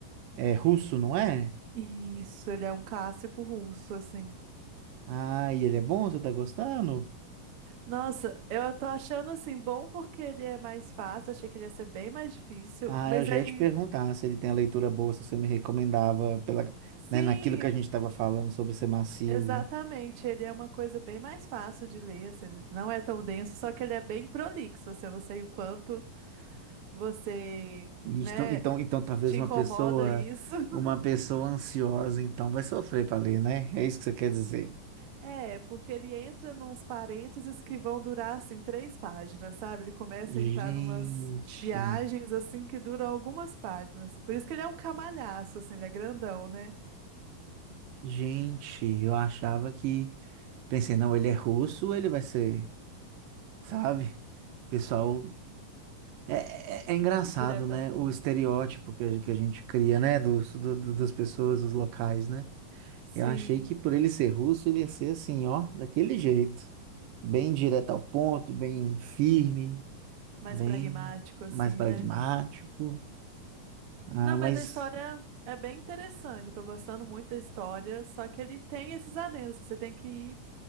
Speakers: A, on the right; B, on the right.
A: É russo, não é?
B: Isso, ele é um clássico russo assim.
A: Ah, e ele é bom? Você tá gostando?
B: Nossa, eu tô achando assim bom porque ele é mais fácil, achei que ele ia ser bem mais difícil,
A: Ah,
B: mas
A: eu já
B: aí
A: ia te perguntar se ele tem a leitura boa, se você me recomendava pela,
B: sim,
A: né, naquilo que a gente estava falando sobre ser massivo.
B: exatamente, ele é uma coisa bem mais fácil de ler, assim, ele não é tão denso, só que ele é bem prolixo, assim, eu não sei o quanto você,
A: E
B: né,
A: Então, então, então talvez
B: te
A: uma
B: incomoda
A: pessoa,
B: isso. <laughs>
A: uma pessoa ansiosa, então vai sofrer para ler, né? É isso que você quer dizer.
B: É, porque ele entra nos parênteses que vão durar assim três páginas, sabe? Ele começa
A: Gente,
B: a entrar numas viagens assim que duram algumas páginas. Por isso que ele é um camalhaço, assim, ele é grandão, né?
A: gente, eu achava que, pensei, não, ele é russo, ele vai ser, sabe? Pessoal, é, é, é engraçado,
B: Direto
A: né?
B: ao ponto.
A: O estereótipo que a, que a gente cria, né? Dos, do- do- das pessoas, dos locais, né?
B: Sim,
A: Eu achei que por ele ser russo, ele ia ser assim, ó, daquele jeito. Bem direto ao ponto, bem firme,
B: mais
A: bem
B: pragmático, assim,
A: mais pragmático.
B: né?
A: Ah,
B: Não,
A: mas,
B: mas a história é bem interessante. Eu tô gostando muito da história, só que ele tem esses adendos. Você tem que ir